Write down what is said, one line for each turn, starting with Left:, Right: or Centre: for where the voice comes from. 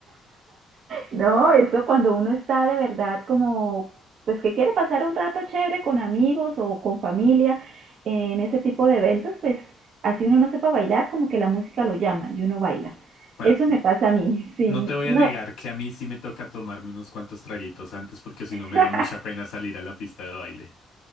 Right: No, eso cuando uno está de verdad como, pues que quiere pasar un rato chévere con amigos o con familia en ese tipo de eventos, pues así uno no sepa bailar, como que la música lo llama y uno baila.
Left: Bueno,
Right: Eso me
Left: n-
Right: pasa a mí, sí.
Left: no te voy
Right: No,
Left: a negar que a mí sí me toca tomarme unos cuantos traguitos antes porque si no me
Right: <laughs>
Left: da mucha pena salir a la pista de baile.